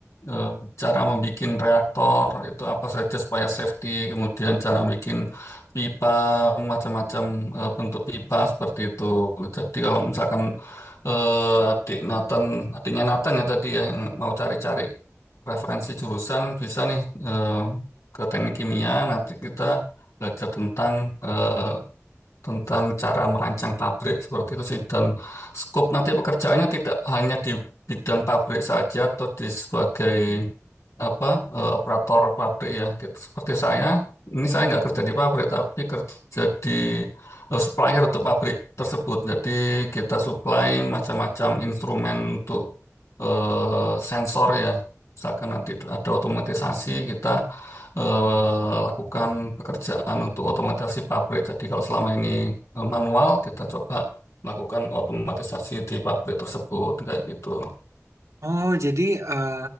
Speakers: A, on the left (about 70°); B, on the right (about 75°).
A: eh, cara membuat reaktor itu apa saja supaya safety, kemudian cara bikin pipa, macam-macam eh, bentuk pipa seperti itu. Jadi kalau misalkan eh, adik Nathan, adiknya Nathan ya tadi ya yang mau cari-cari referensi jurusan bisa nih eh, ke teknik kimia nanti kita belajar tentang eh, tentang cara merancang pabrik seperti itu sih dan skop nanti pekerjaannya tidak hanya di bidang pabrik saja atau di sebagai apa eh, operator pabrik ya gitu. Seperti saya, ini saya nggak kerja di pabrik tapi kerja di eh, supplier untuk pabrik tersebut. Jadi kita supply macam-macam instrumen untuk eh, sensor ya. Misalkan nanti ada otomatisasi, kita eh, lakukan pekerjaan untuk otomatisasi pabrik. Jadi kalau selama ini eh, manual, kita coba lakukan otomatisasi di pabrik tersebut kayak gitu.
B: Oh, jadi eh,